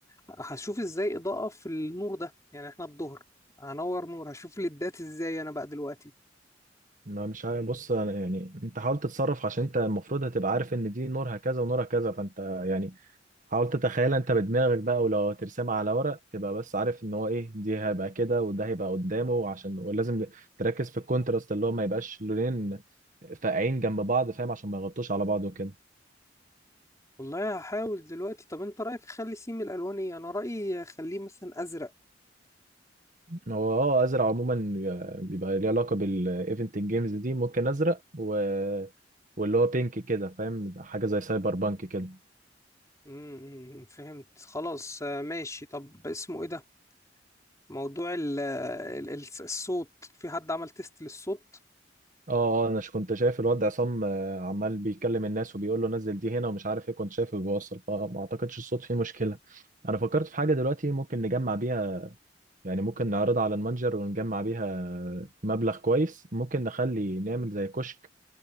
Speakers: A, on the left; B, on the right.
A: هشوف ازاي اضاءة في النور ده يعني احنا الظهر هنور نور هشوف ليدات ازاي انا بقى دلوقتي
B: ما مش عارف بص أنا يعني انت حاول تتصرف عشان انت المفروض هتبقى عارف ان دي نورها كذا ونورها كذا فانت يعني حاول تتخيلها انت بدماغك بقى ولو هترسمها على ورق تبقى بس عارف ان هو ايه دي هيبقى كده وده هيبقى قدامه عشان ولازم تركز في الكونتراست اللي هو ما يبقاش لونين فاقعين جنب بعض فاهم عشان ما يغطوش على بعض وكده
A: والله هحاول دلوقتي طب انت رأيك اخلي سيم الالوان ايه انا رأيي اخليه مثلا ازرق
B: هو اه ازرق عموما بيبقى ليه علاقة بالايفنت الجيمز دي ممكن ازرق و... واللي هو بينك كده فاهم حاجة زي سايبر بانك كده
A: امم فهمت خلاص آه، ماشي طب اسمه ايه ده موضوع ال ال الصوت في حد عمل تيست للصوت
B: اه اه انا ش- كنت شايف الواد عصام آه، عمال بيكلم الناس وبيقول له نزل دي هنا ومش عارف ايه كنت شايفه بيوصل فما اعتقدش الصوت فيه مشكلة انا فكرت في حاجة دلوقتي ممكن نجمع بيها يعني ممكن نعرضها على المتجر ونجمع بيها مبلغ كويس ممكن نخلي نعمل زي كشك